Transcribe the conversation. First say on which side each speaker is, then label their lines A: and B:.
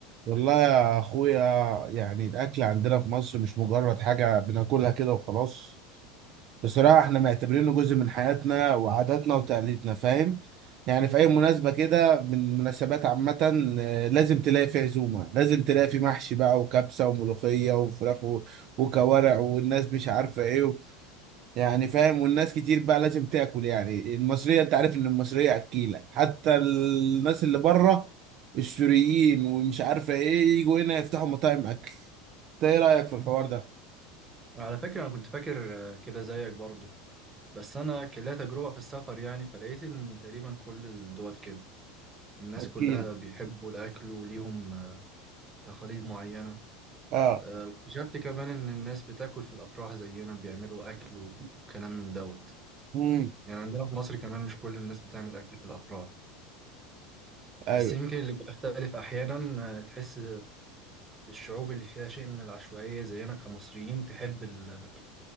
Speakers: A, on the right (about 55°); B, on the right (about 25°).
A: والله يا اخويا يعني الاكل عندنا في مصر مش مجرد حاجه بناكلها كده وخلاص بصراحه احنا معتبرينه جزء من حياتنا وعاداتنا وتقاليدنا فاهم يعني في اي مناسبه كده من المناسبات عامه آه، لازم تلاقي في عزومه لازم تلاقي في محشي بقى وكبسه وملوخيه وفراخ و- وكوارع والناس مش عارفه ايه يعني فاهم والناس كتير بقى لازم تاكل يعني المصرية انت عارف ان المصرية اكيلة حتى الناس اللي بره السوريين ومش عارفة ايه يجوا هنا يفتحوا مطاعم اكل انت ايه رأيك في الحوار ده
B: وعلى فكرة أنا كنت فاكر آه، كده زيك برضو بس أنا كان ليا تجربة في السفر يعني فلقيت إن تقريبا كل الدول كده الناس
A: اكيل
B: كلها بيحبوا الأكل وليهم آه، تقاليد معينة
A: اه
B: آه، واكتشفت كمان إن الناس بتاكل في الأفراح زينا بيعملوا أكل وكلام من دوت
A: امم
B: يعني عندنا في مصر كمان مش كل الناس بتعمل أكل في الأفراح
A: ايوه
B: بس يمكن اللي بيختلف أحيانا آه، تحس الشعوب اللي فيها شيء من العشوائية زينا كمصريين تحب ال-